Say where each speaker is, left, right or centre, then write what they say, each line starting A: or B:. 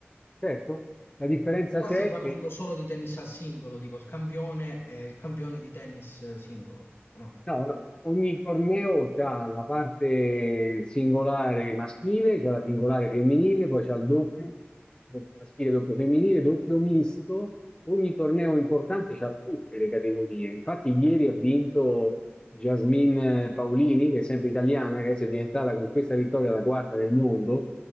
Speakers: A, on the left; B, on the left.
A: certo. La differenza
B: qua
A: c'è
B: stiamo parlando
A: che
B: solo di tennis a singolo, dico il campione e il campione di tennis singolo, o no?
A: No, no, ogni torneo c'ha la parte singolare maschile, c'è la singolare femminile, poi c'è il doppio, doppio maschile, doppio femminile, doppio misto. Ogni torneo importante c'ha tutte le categorie. Infatti ieri ha vinto Jasmine Paolini, che è sempre italiana, che adesso è diventata con questa vittoria la quarta del mondo,